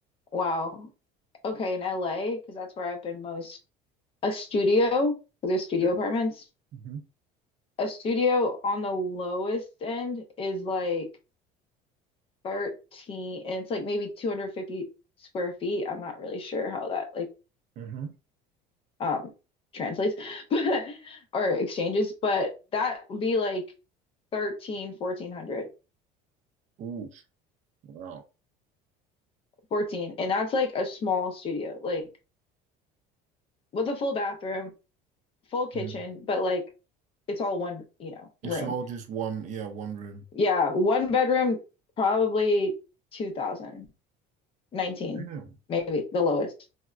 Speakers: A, on the left (about 35°); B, on the right (about 45°).
A: Wow. Okay, in LA, because that's where I've been most. a studio, 'cause there's studio
B: Yeah.
A: apartments.
B: Mm-hmm.
A: A studio on the lowest end is like 13, and it's like maybe 250 square feet. I'm not really sure how that like
B: Mm-hmm.
A: um translates, <laughs> but or exchanges, but that would be like 13, 1400,
B: Ooh, wow.
A: 14, And that's like a small studio, like with a full bathroom, full kitchen,
B: Mhm.
A: but like it's all one, you know,
B: It's
A: room.
B: all just one, yeah, one room.
A: Yeah, one bedroom, probably 2000. 19,
B: Yeah.
A: maybe the lowest,